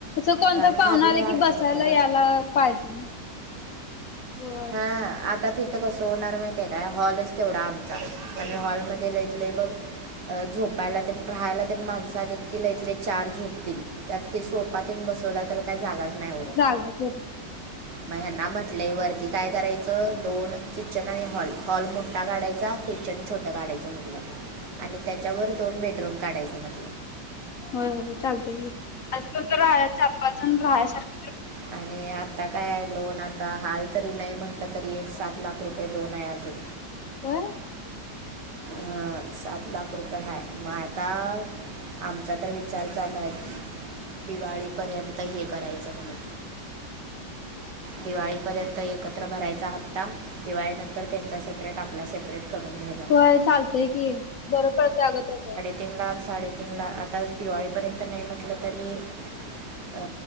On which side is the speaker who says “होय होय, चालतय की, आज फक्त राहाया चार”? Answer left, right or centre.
Left